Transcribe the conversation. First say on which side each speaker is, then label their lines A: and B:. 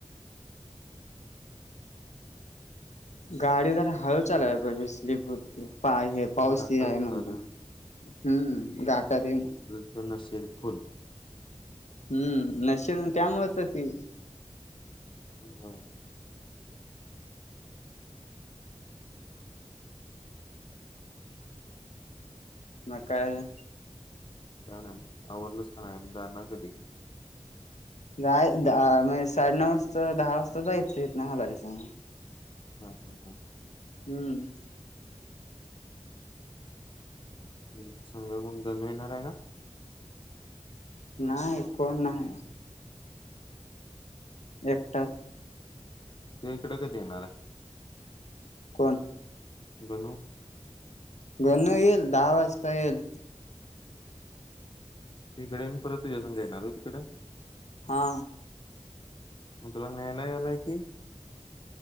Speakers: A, on the left (about 80°); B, on the left (about 45°).
A: गाडी जरा हळू चालवाय पाहिजे स्लीप होतीया पा हे पाऊस
B: घाटात
A: त आहे
B: उतारलं
A: म्हणे हम्म घाटात आहे
B: चोनाशर फुल
A: हम्म नशीब त्यामुळं तर ती
B: <unintelligible>
A: मग काय अजून?
B: का नाय बघ. आवरलस का नाही जाणार कधी?
A: जाय दहा म्हणजे साडेनऊ वाजता, दहा वाजता जायचं इथनं हालायचं.
B: हा, हा, हा.
A: हम्म.
B: मग सांगाय कोण <unintelligible> येणार आहे का?
A: नाही कोण नाही. एक
B: ते इकडं कधी येणार आहे?
A: कोण?
B: गणू.
A: गणू यील दहा वाजता यील.
B: इकडं येऊन परत तुझ्या संग येणार व्हय तिकडं?
A: हा.
B: मग तुला न्यायला याला येतुय.